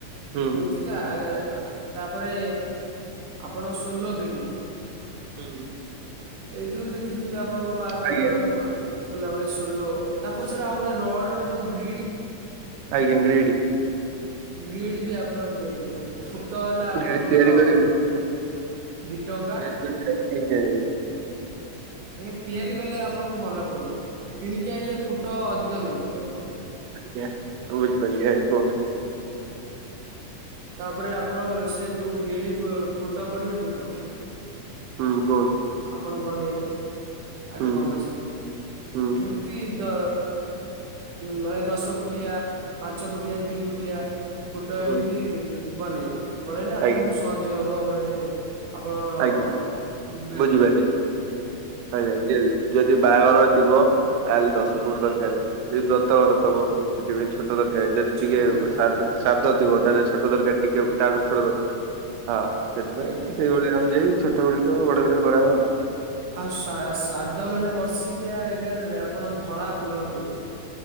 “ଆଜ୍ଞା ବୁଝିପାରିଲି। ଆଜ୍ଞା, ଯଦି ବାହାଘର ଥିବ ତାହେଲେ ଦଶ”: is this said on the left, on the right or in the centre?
Right